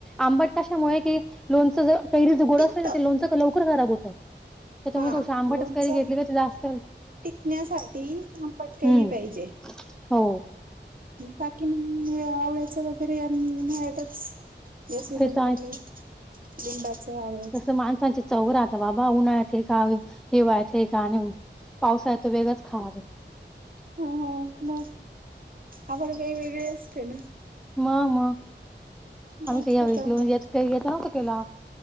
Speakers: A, in the centre; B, on the right (about 50°).
A: आंबट कशामुळे की लोनच ज कैरी ज गोड
B: तिखट
A: असले ना ते लोनच लवकर खराब होत त्यामुळे
B: हा
A: तो श आंबाटच
B: लोणचं
A: कैरी घेतली असतील.
B: टिकण्यासाठी आंबट कैरी
A: हम्म.
B: पाहिजे
A: हो
B: बाकी, आवळ्याच वगैरे म्हतच या सीझनला
A: ते तर
B: म लिंबाच आवड
A: तस माणसांचे चौरा आता बाबा उन्हाळयात आहेत हे का हेव आहेत हे का नाही <inaudible> पावसाळ्यात तर वेगळच खाणार जो
B: ह मग आपण काही वेगळे असते ना,
A: मा म आम्ही
B: मग
A: काही यावेही
B: त्याच्यामुळे
A: याचा नव्हत केला